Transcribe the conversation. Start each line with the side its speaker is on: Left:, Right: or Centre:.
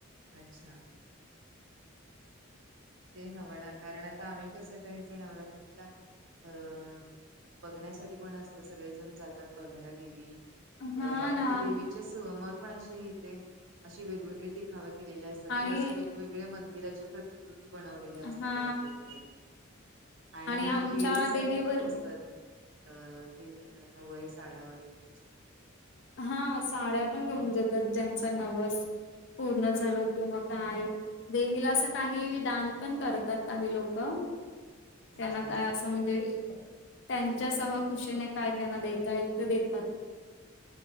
Right: अच्छा ते हवं ना, कारण आता आम्ही कस ते हेच्या नवरात्रीतला अं बघण्यासाठी पण असत, सगळेजण जातात बघायला देवी
Left: हा
Right: अ कारण
Left: ना
Right: ते देवीच्या सवमवर पण असे येते असे वेगवेगळे देखावे केलेल्या असतात
Left: आणि
Right: किंवा अशे वेगवेगळ्या मंदिराच्या प्रतिकृती बनवलेल्या
Left: हा
Right: असतात आमच्या इथ आणि
Left: आमच्या
Right: लेडीज साठी
Left: देवीवर
Right: पण असतात. अ ते नऊवारी साड्या वगैरे
Left: हा साड्या पण घेऊन जातात, ज्यांच नवस पूर्ण झालं किंवा काय? देवीला असं काहीही दान पण करतात काही लोक त्यांना
Right: अच्छा
Left: काय असं म्हणजे त्यांच्या सह खुशीने काय त्यांना देता येईल ते देतात.